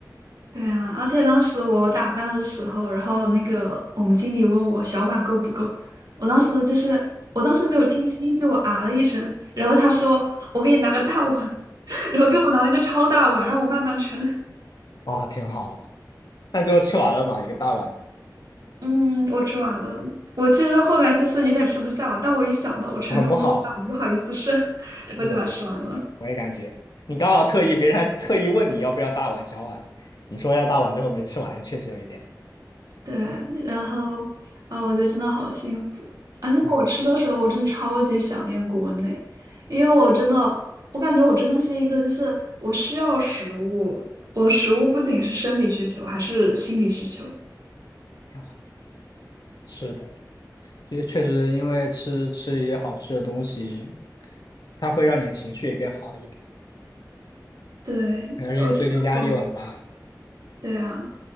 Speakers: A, on the right; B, on the left.
A: 对啊，而且当时我打饭的时候，然后那个我们经理问我小碗够不够，我当时就是我当时没有听清，就我啊了一声，然后他说我给你拿个大碗，<laughs> 然后给我拿了个超大碗，让我慢慢盛。<laughs>
B: 哇，挺好的。那最后吃完了嘛，一个大碗的，
A: 嗯，我吃完了。我其实后来就是有点吃不下了，但我一想到我盛这么多饭，
B: 不很不好。
A: 我不好意思剩，<laughs>
B: 是的，
A: 然后就把它吃完了。
B: 是的，我也感觉你刚好特意，别人还特意问你要不要大碗小碗，你说要大碗，最后没吃完，确实有一点
A: 对，然后啊，我觉得真的好幸福。而且我吃的时候，
B: 啊，
A: 我真的超级想念国内，因为我真的，我感觉我真的是一个，就是我需要食物，我的食物不仅是生理需求，还是心理需求。
B: 挺好。是的，确确实因为吃吃一些好吃的东西，它会让你的情绪也变好一点，
A: 对，
B: 而且你最近压力又很大，
A: 我记得我，对啊。